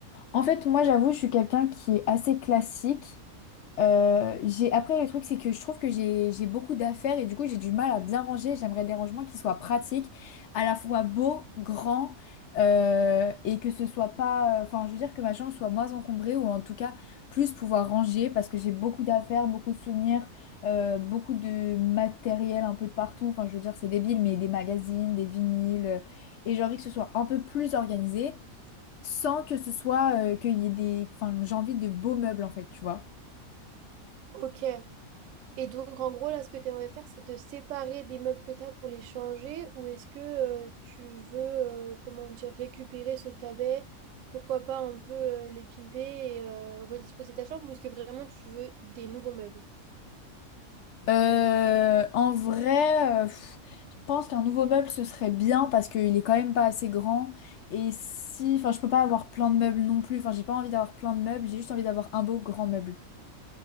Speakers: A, on the left; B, on the right.
A: En fait, moi, j'avoue, je suis quelqu'un qui est assez classique. Euh, j'ai... Après, le truc, c'est que je trouve que j'ai j'ai beaucoup d'affaires et du coup, j'ai du mal à bien ranger. J'aimerais des rangements qui soient pratiques, à la fois beaux, grands, euh, et que ce soit pas... Enfin, je veux dire que ma chambre soit moins encombrée ou en tout cas plus pouvoir ranger parce que j'ai beaucoup d'affaires, beaucoup de souvenirs, euh, beaucoup de matériel un peu de partout. Enfin, je veux dire, c'est débile, mais des magazines, des vinyles. euh, Et j'ai envie que ce soit un peu plus organisé sans que ce soit euh, qu'il y ait des... Enfin, j'ai envie de beaux meubles, en fait, tu vois.
B: Ok. Et donc, en gros, là, ce que tu aimerais faire, c'est te séparer des meubles que tu as pour les changer ou est-ce que euh, tu veux, euh, comment dire, récupérer ceux que tu avais, pourquoi pas un peu euh, les pimper et euh, redisposer ta chambre ou est-ce que vraiment tu veux des nouveaux meubles?
A: Euh, en vrai, euh, pff, je pense qu'un nouveau meuble, ce serait bien parce qu'il est quand même pas assez grand. Et si... Enfin, je peux pas avoir plein de meubles non plus. Enfin, j'ai pas envie d'avoir plein de meubles, j'ai juste envie d'avoir un beau grand meuble.